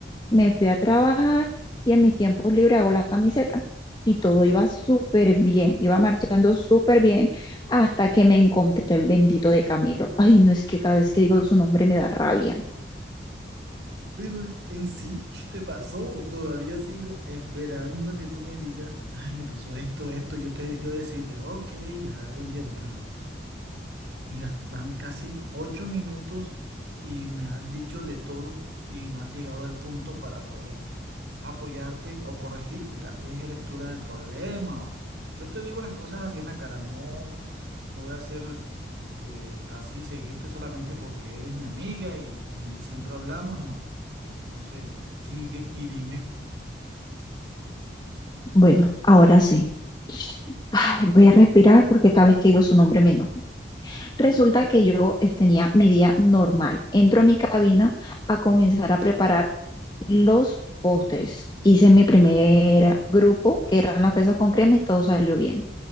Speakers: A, on the left (about 25°); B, on the right (about 75°).
A: me fui a trabajar y en mis tiempos libres hago la camiseta. Y todo iba súper bien, iba marchando súper bien hasta que me encontré el bendito de Camilo. Ay, no es que cada vez que digo su nombre me da rabia.
B: Pero en sí, ¿qué te pasó? Todavía sigo esperando a que tú me digas, ay, me pasó esto, esto, yo te, yo decirte, ok, ya te entiendo, pero. Mira, van casi ocho minutos y me has dicho de todo y no has llegado al punto para poder apoyarte o corregirte. Tal vez eres tú la del problema o yo te digo las cosas así en la cara. No, no voy a ser eh, así, seguirte solamente porque eres mi amiga y, y siempre hablamos. No. Entonces, sigue y dime.
A: Bueno, ahora sí. Ay, voy a respirar porque cada vez que digo su nombre me enojo. Resulta que yo eh, tenía mi día normal. Entro a mi cabina a comenzar a preparar los postres. Hice mi primer grupo, que eran las fresas con crema, y todo salió bien.